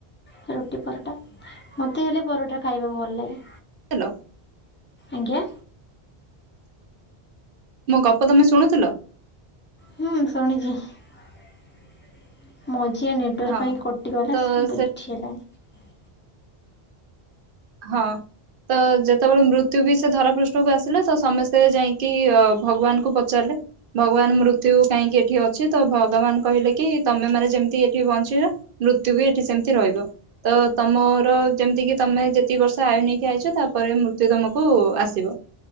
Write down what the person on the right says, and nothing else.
ହାଲୋ।
ମୋ ଗପ ତମେ ଶୁଣୁଥିଲ?
ହଁ
ତ
ସେ
ହଁ ତ ଯେତେବେଳେ ମୃତ୍ୟୁ ବି ସେ ଧରା ପୃଷ୍ଠ କୁ ଆସିଲା ତ ସମସ୍ତେ ଯାଇକି ଅ ଭଗବାନ ଙ୍କୁ ପଚାରିଲେ ଭଗବାନ ମୃତ୍ୟୁ କାହିଁକି ଏଠି ଅଛି ତ ଭଗବାନ କହିଲେ କି -ତମେ ମାନେ ଯେମିତି ଏଠି ବଞ୍ଚିଛ ମୃତ୍ୟୁ ବି ଏଠି ସେମିତି ରହିବ ତ, ତମର ଯେମିତି କିି ତମେ ଯେ ପ୍ରତି ବର୍ଷ ଆୟୁ ନେଇକି ଆଇଛ ତାପରେ ମୃତ୍ୟୁ ତମକୁ ଆସିବ।